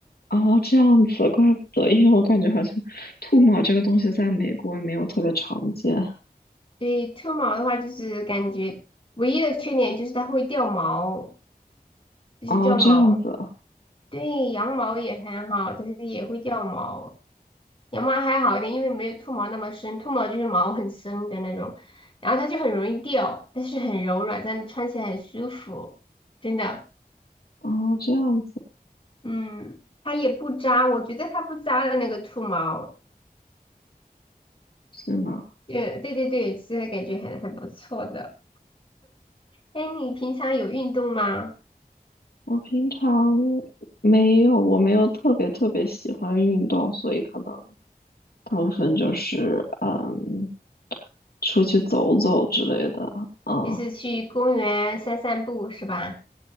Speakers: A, on the left (about 75°); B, on the left (about 35°).
A: 哦，这样子，怪不得，因为我感觉好像兔毛这个东西在美国也没有特别常见。
B: <laughs> 所以兔毛的话就是感觉唯一的缺点就是它会掉毛，就是掉毛。
A: 哦，这样子，
B: 对，羊毛也很好，但是也会掉毛。羊毛还好一点，因为没有兔毛那么深，兔毛就是毛很深的那种，然后它就很容易掉，但是很柔软，但是穿起来很舒服，真的。
A: 哦，这样子，
B: 嗯，它也不扎，我觉得它不扎的那个兔毛，
A: 是吗？
B: 对对对对，其实感觉很很不错的。哎，你平常有运动吗？
A: 我平常没有，我没有特别特别喜欢运动，所以可能。大部分就是嗯，出去走走之类的，嗯，
B: 就是去公园散散步是吧？